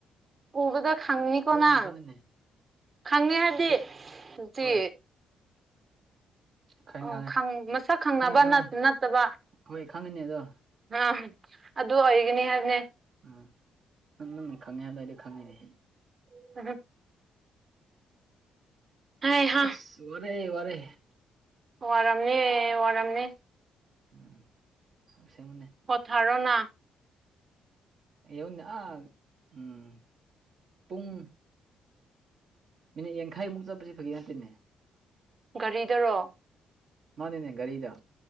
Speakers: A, on the right; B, on the right.
A: ꯎꯕꯗ ꯈꯪꯅꯤꯀꯣ
B: ꯍꯣꯏꯅꯦ
A: ꯅꯪ
B: ꯈꯪꯉꯅꯤ
A: ꯈꯪꯉꯦ ꯍꯥꯏꯕꯗꯤ
B: ꯑꯗꯨ
A: ꯆꯤ
B: ꯍꯣꯏ ꯈꯪꯉꯦ
A: ꯑꯣ
B: ꯈꯪꯉꯦ
A: ꯈꯪ ꯃꯁꯛ ꯈꯪꯅꯕ
B: ꯈꯪꯉꯦ ꯈꯪꯉꯦ
A: ꯅꯠꯇꯕ
B: ꯍꯣꯏ ꯈꯪꯉꯤꯅꯦ ꯑꯗꯣ
A: ꯑꯤ ꯑꯗꯨ ꯑꯣꯏꯒꯅꯤ ꯍꯥꯏꯕꯅꯦ
B: ꯎꯝ ꯅꯪ ꯅꯪ ꯈꯪꯉꯤ ꯍꯥꯏꯕꯗꯨ ꯑꯩꯗꯤ ꯈꯪꯉꯤꯅꯦ
A: <inaudible> ꯍꯩꯍꯥ
B: ꯑꯁ ꯋꯥꯔꯦ ꯋꯥꯔꯦ
A: ꯋꯥꯔꯝꯅꯤ ꯋꯥꯔꯝꯅꯤ
B: ꯎꯝ ꯑꯁꯦꯡꯕꯅꯦ
A: ꯄꯣꯊꯔꯣꯅꯥ
B: ꯌꯅꯣꯛ ꯑ ꯎꯝ ꯄꯨꯡ ꯃꯤꯅꯤꯠ ꯌꯥꯡꯈꯩꯃꯨꯛ ꯆꯠꯄꯁꯤ ꯐꯒꯤ ꯅꯠꯇꯦꯅꯦ
A: ꯒꯥꯔꯤꯗꯔꯣ
B: ꯃꯥꯅꯤꯅꯦ ꯒꯥꯔꯤꯗ